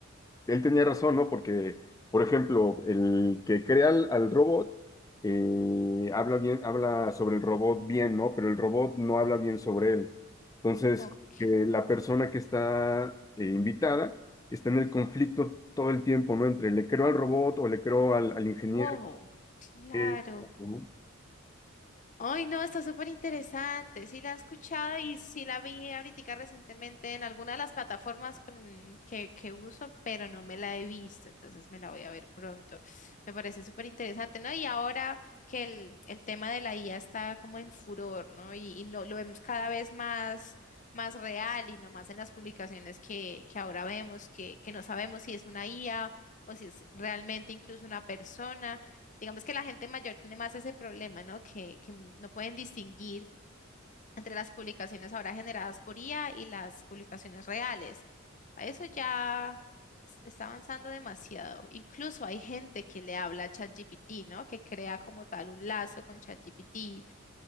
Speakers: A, on the left; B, on the left.
A: él tenía razón, ¿no? Porque, por ejemplo, el que crea al, al robot eh, habla bien, habla sobre el robot bien, ¿no? Pero el robot no habla bien sobre él. Entonces,
B: ok,
A: que la persona que está eh, invitada está en el conflicto todo el tiempo, ¿no? Entre le creo al robot o le creo al, al ingeniero.
B: Wow. Claro.
A: eh, Ujú.
B: Ay, no, está súper interesante. Sí la he escuchado y sí la vi ahorita recientemente en alguna de las plataformas con- que, que uso, pero no me la he visto, entonces me la voy a ver pronto. Me parece súper interesante, ¿no? Y ahora que el, el tema de la IA está como en furor, ¿no? Y, y lo, lo vemos cada vez más, más real y no más en las publicaciones que, que ahora vemos, que, que no sabemos si es una IA o si es realmente incluso una persona. Digamos que la gente mayor tiene más ese problema, ¿no? Que, que no pueden distinguir entre las publicaciones ahora generadas por IA y las publicaciones reales. A Eso ya es- está avanzando demasiado. Incluso hay gente que le habla a ChatGPT, ¿no? Que crea como tal un lazo con ChatGPT